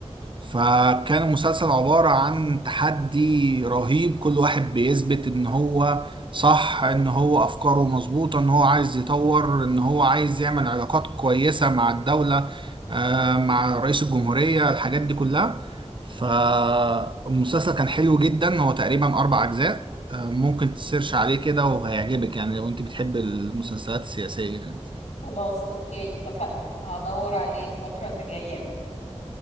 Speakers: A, on the right; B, on the left.
A: فكان المسلسل عبارة عن تحدي رهيب كل واحد بيثبت ان هو صح ان هو افكاره مظبوطة ان هو عايز يطور ان هو عايز يعمل علاقات كويسة مع الدولة آه، مع رئيس الجمهورية الحاجات دي كلها فالمسلسل كان حلو جدا هو تقريبا اربع اجزاء آه، ممكن تسيرش عليه كده وهيعجبك يعني لو انت بتحب المسلسلات السياسية يعني
B: خلاص أوكي اتفقنا هدور عليه الفترة اللي جاية